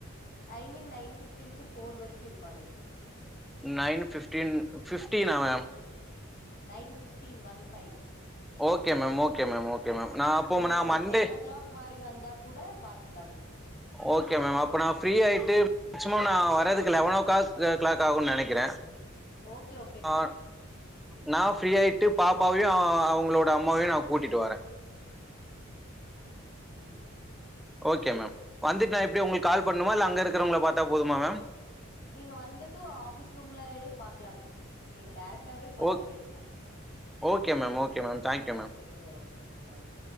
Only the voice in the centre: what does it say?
நைன் பிஃப்டீன் பிஃப்டீனா ma'am
okay ma'am okay ma'am okay ma'am நான் அப்போ
நான்
மண்டே
ஓகே மேம் அப்ப நா ஃப்ரீ ஆய்ட்டு மேக்சிமம் நா வரதுக்கு லெவன் ஓ காள்க் அ க்ளாக் ஆகுன்னு நெனைக்கிறே
அ நா ஃப்ரீ ஆயிட்டு பாப்பாவையு அவுங்களோட அம்மாவையு நா கூட்டிட்டு வரே
ஓகே மேம் வந்துட்டு நா
எப்டி உங்களுக்கு
கால் பண்ணனுமா இல்ல அங்க இருக்குறவுங்கல பாத்தா போதுமா மேம்
ஓ
okay ma'am okay ma'am thank you
ma'am